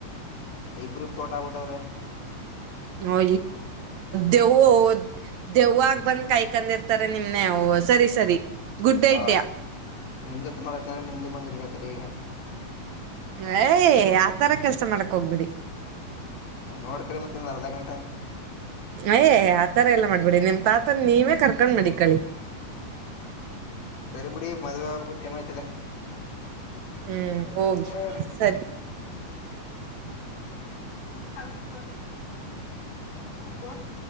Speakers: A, on the left; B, on the right.
A: ಇಬ್ಬರು ಫೋಟೋಫೋಟೋ ಅವರ
B: ಹ ದೆವು ದೆವ್ವಾಗ ಬಂದ ಕಾಯ್ಕೊಂಡಿರ್ತಾರೆ ನಿಮ್ನೆ ಸರಿ ಸರಿ ಗುಡ್
A: ಹಾ
B: ಐಡಿಯಾ
A: ನಿಮ್ದಸ ಮಾಡತ ನಿಮ್ದು ಬಂದಿರ್ಕತರಿ ಈಗ
B: ಯ ಆತರ ಕೆಲ್ಸ ಮಾಡಕ್ ಹೋಗ್ಬಿಡಿ
A: ನೋಡ್ಕ್ರ ಮತ್ತೆ ಇ ಅರ್ಧ ಗಂಟಾ
B: ಅಯ ಆತರ ಎಲ್ಲಾ ಮಾಡ್ಬೇಡಿ ನಿಮ್ ತಾತ ನೀವೇ ಕರ್ಕೊಂಡ್ ಮಾಡಿ ಕಳಿ
A: ್ಮ ಸರಿ ಬಿುಡಿ ಮದ್ುವವೆ ಹಕ್ಕು ಟೈಮ್ ಆಯ್ತದೆ
B: ಹ್ಮ್
A: ಹ್ಮ
B: ಹೋಗಿ
A: ಹೌ
B: ಸರಿ
A: ಆಗಸ್ಟ್ ಕಸ್